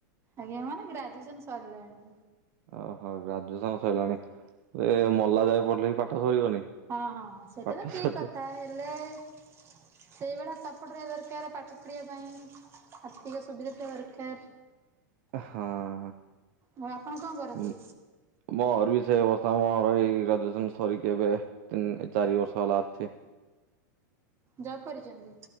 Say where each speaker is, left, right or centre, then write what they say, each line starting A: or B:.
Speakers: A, on the right (about 25°); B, on the right (about 55°).
A: ଆଜ୍ଞା, ମାନେ ଗ୍ରାଜୁଏସନ୍ ସରିଲାଣି।
B: ଓହୋ! ଗ୍ରାଜୁଏସନ ସଇଲାଣି। ଏ
A: ଆଜ୍ଞା।
B: ମଲା ଯାଏଁ ପଢିଲେ ବି ପାଠ ସରିବନି।
A: ହଁ, ହଁ ସେଇଟା
B: ପାଠ
A: ତ ଠିକ୍
B: ସରିବ
A: କଥା। ହେଲେ ସେଇଭଳିଆ ସେପଟରେ ଦରକାର, ପାଠ ପଢିବା ପାଇଁ ଆର୍ଥିକ ସୁବିଧା ଥିବା ଦରକାର।
B: ହଁ,
A: ଆଉ ଆପଣ କଣ କରନ୍ତି
B: ଉମ ମୋର ବି ସେ ଅବସ୍ ହଁ, ମର ଏଇ ଗ୍ରାଜୁଏସନ୍ ସରିକି, ଏବେ ତିନି ଚାରି ବର୍ଷ ହେଲା ଅଛି।
A: ଯବ୍ କରିଚନ୍ତି?